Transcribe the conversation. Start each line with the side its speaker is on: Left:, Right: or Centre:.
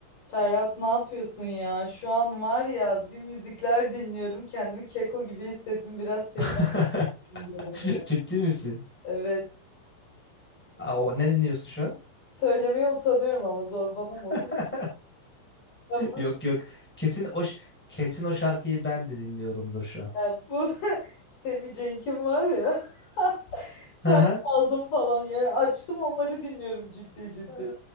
Left: Ferhat ne yapıyorsun ya? Şu an var ya bir müzikler dinliyorum. Kendimi keko gibi hissettim. Biraz seni
Centre: <laughs>
Left: arayayım dedim ya.
Centre: Ciddi misin?
Left: Evet.
Centre: Aa, o, ne dinliyorsun şu an?
Left: Söylemeye utanıyorum ama zorbalama olur
Centre: <laughs>
Left: mu? Ya bu
Centre: Yok
Left: işte,
Centre: yok. Kesin o ş- kesin o şarkıyı ben de dinliyorumdur şu an.
Left: ya bu <laughs> Semih Cenk'in var ya. <laughs> Sen
Centre: <laughs> Hı hı.
Left: aldın falan ya. Açtım onları dinliyorum ciddi ciddi.
Centre: Ee,